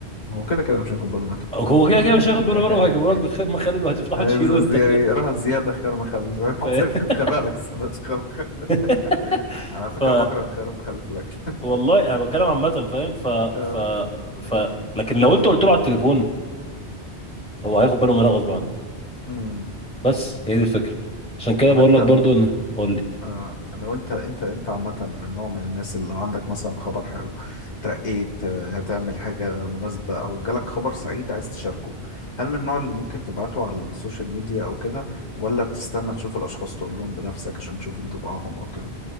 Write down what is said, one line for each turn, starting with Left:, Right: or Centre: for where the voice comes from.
Left: هو كده كده مش هياخد باله منها
Centre: هو
Left: <laughs>
Centre: كده كده مش هياخد باله منها وهيجيبوا لك بخيار مخلل وهتفتحه
Left: عايز
Centre: تشيله
Left: زي
Centre: انت
Left: راحة زيادة خيار مخلل <laughs> حط
Centre: <laughs>
Left: خيارها لك السندوتش خيار مخلل
Centre: ف...
Left: <laughs> على فكرة
Centre: ف
Left: بكره الخيار المخلل في الأكل
Centre: والله انا بتكلم عامه فاهم ف
Left: <laughs> آه،
Centre: ف ف لكن لو انت قلت له على التليفون هو هياخد باله منها غصب عنه
Left: أمم.
Centre: بس هي دي الفكره عشان كده
Left: طب
Centre: بقول
Left: أنت
Centre: لك برضو ان قول لي
Left: آه، لو أنت أنت أنت عامة من نوع من الناس اللي لو عندك مثلا خبر حلو ترقيت آه، هتعمل حاجة مناسبة أو جالك خبر سعيد عايز تشاركه هل من النوع اللي ممكن تبعته على السوشيال ميديا أو كده ولا بتستنى تشوف الأشخاص تقول لهم بنفسك عشان تشوف انطباعهم أو كده؟